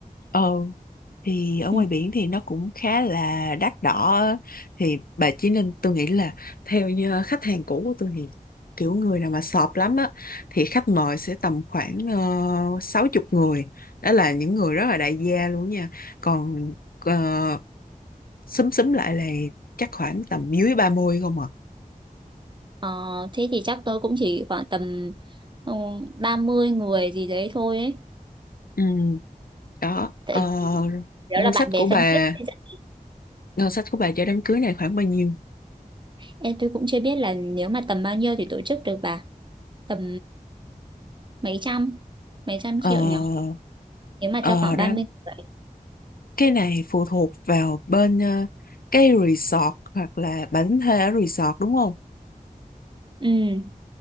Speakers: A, on the left; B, on the right.
A: Ừ. thì ở
B: Ừ.
A: ngoài biển thì nó cũng khá là đắt đỏ á. thì bà chỉ nên tôi nghĩ là theo như khách hàng cũ của tôi thì kiểu người nào mà sọp lắm á thì khách mời sẽ tầm khoảng uh, sáu chục người đó là những người rất là đại gia luôn nha còn ờ, xúm xúm lại là chắc khoảng tầm dưới 30 không à
B: Ờ, thế thì chắc tôi cũng chỉ khoảng tầm ừ, 30 người gì đấy thôi ấy.
A: ừ, đó
B: Tại
A: Ờ,
B: vì đó
A: ngân
B: là
A: sách
B: bạn bè
A: của bà
B: thân thiết. thì chắc-
A: ngân sách của bà cho đám cưới này khoảng bao nhiêu
B: Ê, tôi cũng chưa biết là nếu mà tầm bao nhiêu thì tổ chức được bà. Tầm mấy trăm, mấy trăm
A: Ờ,
B: triệu nhỉ? Nếu mà
A: ờ,
B: cho khoảng
A: đám
B: ba mươi người.
A: cái này phụ thuộc vào bên ờ, cái resort hoặc là bản thuê ở resort đúng không?
B: Ừ.